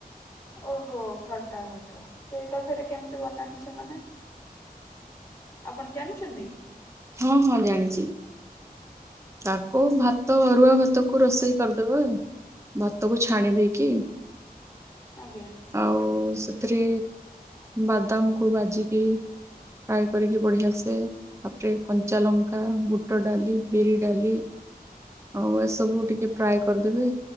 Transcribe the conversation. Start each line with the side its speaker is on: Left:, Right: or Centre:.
Left: ଓହୋ ଖଟା ଭାତ ସେଇଟା ଫେରେ କେମ ତି ବନାନ୍ତି ସେମାନେ? ଆପଣ ଜାଣିଚନ୍ତି?
Right: ହଁ ହଁ ଜାଣିଚି। ତାକୁ ଭାତ ଅରୁଆ ଭାତକୁ ରୋଷେଇ କରିଦେବେ ଭାତକୁ ଛାଣି ଦେଇକି
Left: ଆଜ୍ଞା
Right: ଆଉ ସେ ସେଥିରେ ବାଦାମ କୁ ଭାଜିକି ଫ୍ରାଏ କରିକି ବଢିଆସେ ପକେଇ କଞ୍ଚା ଲଙ୍କା ବୁଟ ଡାଲି ବିରି ଡାଲି ଆଉ ଏସବୁ ଟିକେ ଫ୍ରାଏ କରିଦେବେ